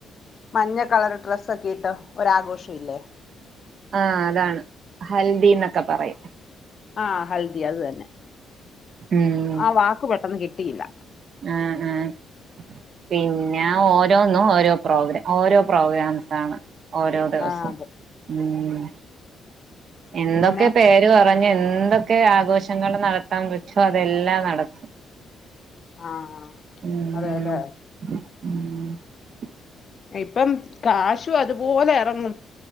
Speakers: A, on the left (about 45°); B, on the right (about 60°).
A: മഞ്ഞ കളർ ഡ്രസ്ക്കേ ഇട്ട് ഒരാഘോഷം ഇല്ലേ
B: ആഹ് അതാണ് ഹൽദി എന്നൊക്കെ പറയും
A: ആഹ് ഹൽദി അത് തന്നെ
B: ഉം
A: ആ വാക്ക് പെട്ടെന്ന് കിട്ടിയില്ല
B: ആഹ് ആഹ് പിന്നെ ഓരോന്നും ഓരോ പ്രോഗ്രാം ഓരോ പ്രോഗ്രാംസ് ആണ് ഓരോ ദിവസവും
A: ആ അതെ
B: ഉം എന്തൊക്കെ
A: പിന്നെ
B: പേര് പറഞ്ഞു എന്തൊ ക്കെ ആഘോഷങ്ങൾ നടത്താൻ പറ്റോ അതെല്ലാം നടത്തും
A: ആ
B: ഉം
A: അതെല്ലേ
B: ഉം
A: ഇപ്പ കാശും അതുപോലെ ഇറങ്ങും